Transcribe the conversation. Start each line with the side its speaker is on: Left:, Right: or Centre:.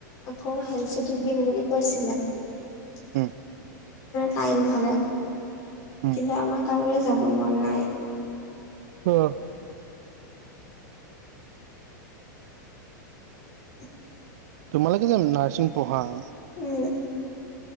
Left: অ হেল চট দিম বুলি কৈছিলে <unintelligible>
Right: হুম
Left: টাইম হলে,
Right: উম
Left: কিন্তু আমাক কাৰোৰে যাব মন নাই।
Right: আহ
Left: <inaudible>
Right: তোমালোকে যে নাৰ্ছিং পঢ়া -
Left: উম